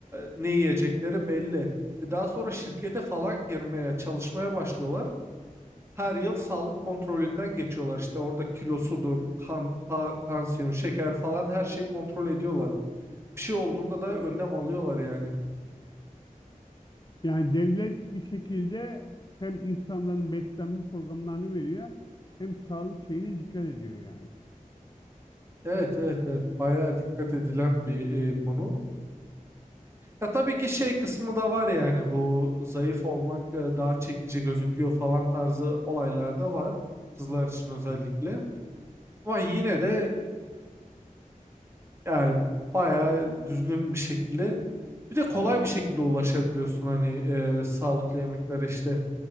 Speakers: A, on the right; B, on the left.
A: ne yiyecekleri belli. E, Daha sonra şirkete falan girmeye, çalışmaya başlıyorlar. Her yıl sağlık kontrolünden geçiyorlar. İşte orada kilosudur, kan, ta- tansiyon, şeker falan her şeyi kontrol ediyorlar. Bir şey olduğunda da önlem alıyorlar yani.
B: Yani devlet bir şekilde hem insanların beslenme programlarını veriyor hem sağlık şeyine dikkat ediyor yani.
A: Evet evet evet bayağı dikkat edilen bir e, konu. Ya tabii ki şey kısmı da var yani bu zayıf olmak e, daha çekici gözüküyor falan tarzı olaylar da var. Kızlar için özellikle. Ama yine de Yani bayağı düzgün bir şekilde bir de kolay bir şekilde ulaşabiliyorsun hani e, sağlıklı yemeklere işte